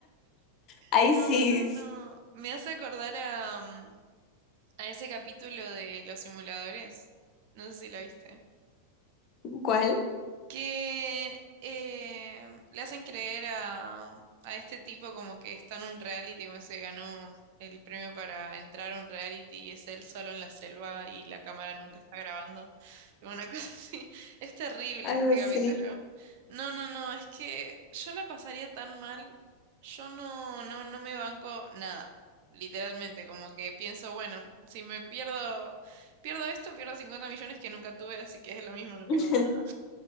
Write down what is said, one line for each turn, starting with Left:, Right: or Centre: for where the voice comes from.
Left: Ahí
Right: No,
Left: sí,
Right: no, no. Me hace acordar a, mm, a ese capítulo de los simuladores. No sé si la viste.
Left: ¿cuál?
Right: que eh, le hacen creer a, a este tipo como que está en un reality, como se ganó el premio para entrar a un reality y es él solo en la selva y la cámara nunca está grabando. <laughs> Tipo, Una cosa <laughs> así, es terrible
Left: Algo
Right: ese
Left: así.
Right: capítulo. No, no, no, es que yo la pasaría tan mal, yo no, no, no me banco nada. Literalmente, como que pienso, bueno, si me pierdo, pierdo esto, pierdo 50 millones que nunca tuve, así que es lo mismo, no
Left: <laughs>
Right: pierdo nada.